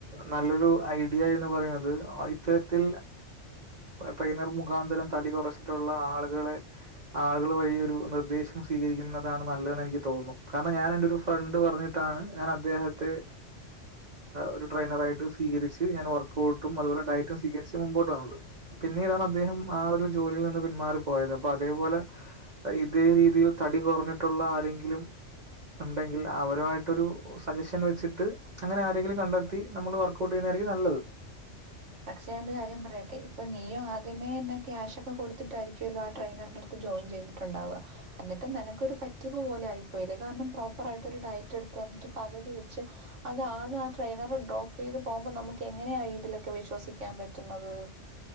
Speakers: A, on the right; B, on the right.
A: നല്ലൊരു ഐഡിയ എന്ന് പറയുന്നത് ആ ഇത്തരത്തിൽ ട്രെയിനർ മുഖാന്തരം തടി കുറച്ചിട്ടുള്ള ആളുകളെ ആളു വഴി ഒരു നിർദ്ദേശം സ്വീകരിക്കുന്നതാണ് നല്ലതെന്ന് എനിക്ക് തോന്നുന്നു കാരണം ഞാൻ എന്റെ ഒരു ഫ്രണ്ട് പറഞ്ഞിട്ടാണ് ഞാൻ അദ്ദേഹത്തെ ഒരു ട്രെയിനറായിട്ട് സ്വീകരിച്ച് ഞാൻ വർക്കോട്ടും അതുപോലെ ഡയറ്റും സ്വീകരിച്ച് മുമ്പോട്ട് വന്നത് പിന്നീടാണ് അദ്ദേഹം ആ ഒരു ജോലിൽ നിന്ന് പിന്നെ മാറി പോയത് അപ്പ അതേപോലെ ഇതേ രീതിയിൽ തടി കുറഞ്ഞിട്ടുള്ള ആരെങ്കിലും ഉണ്ടെങ്കിൽ അവരുമായിട്ടൊരു സജെഷൻ വെച്ചി ട്ട് അങ്ങനെ ആരെങ്കിലും കണ്ടെത്തി നമ്മള് വർക്ക്ഔട്ട് ചെയ്യുന്നതായിരിക്കും നല്ലത്.
B: പക്ഷെ ഞാനൊരു കാര്യം പറയട്ടെ ഇപ്പൊ നീയും ആദ്യമേ ന്നെ ക്യാഷ് ഒക്കെ കൊടുത്തിട്ടായിരിക്കുവല്ലോ ആ ട്രെയിനറിന്റെ അടുത്ത് ജോയിൻ ചെയ്തിട്ടുണ്ടാവുക എന്നിട്ട് നിനക്കൊര് പറ്റിപ്പ് പോലെ ആയിപ്പോയില്ലേ കാരണം പ്രോപ്പർ ആയിട്ട് ഒരു ഡയറ്റ് എടുത്ത് വന്നിട്ട് പകുതി വെച്ച് അത് ആൾ ആ ട്രെയിനർ ഡ്രോപ്പ് ചെയ്ത് പോകുമ്പോ നമുക്കങ്ങനെയാ ഇതിലൊക്കെ വിഷ് വിശ്വസിക്കാൻ പറ്റുന്നത്